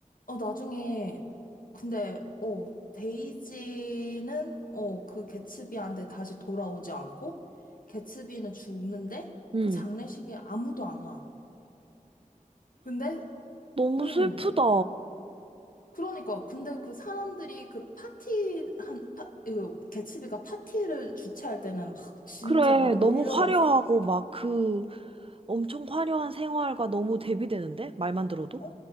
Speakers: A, on the left; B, on the right.
A: 어, 나중에, 근데, 어, 데이지는, 어, 그 개츠비한테 다시 돌아오지 않고, 개츠비는 죽는데,
B: 응.
A: 그 장례식에 아무도 안 와. 근데,
B: 너무
A: 음,
B: 슬프다.
A: 그러니까, 근데 그 사람들이 그 파티, 한, 파, 이거, 개츠비가 파티를 주최할 때는 막, 진짜
B: 그래,
A: 막
B: 너무
A: 몰려왔어.
B: 화려하고 막 그 엄청 화려한 생활과 너무 대비되는데? 말만 들어도?
A: 어,